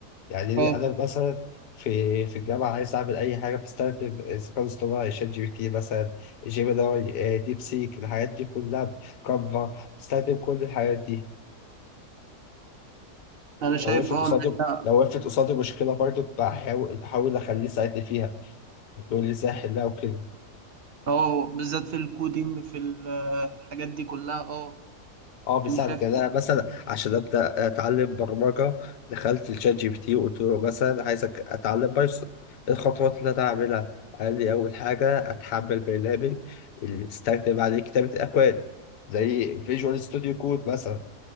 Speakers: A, on the left (about 85°); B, on the right (about 50°).
A: يعني
B: اه
A: ليه انا مثلا في في الجامعة عايز أعمل أي حاجة بستخدم الذكاء الاصطناعي شات جي بي تي مثلا جيميناي آه، ديب سيك الحاجات دي كلها كانفا بستخدم كل الحاجات دي
B: انا شايف
A: لو وقفت
B: اه
A: قصادي
B: ان احنا
A: لو وقفت قصادي مشكلة برضه بحاول بحاول أخليه يساعدني فيها يقول لي إزاي أحلها وكده
B: اه بالذات في الكودينج في ال- الحاجات دي كلها اه
A: أه بيساعدك
B: انا شايف
A: يعني أنا مثلا عشان أبدأ أتعلم برمجة دخلت الشات جي بي تي وقلت له مثلا عايزك أتعلم بايثون إيه الخطوات اللي أنا أعملها؟ قال لي أول حاجة أتحمل برنامج اللي استخدم عليه كتابة الأكواد زي فيجوال ستوديو كود مثلا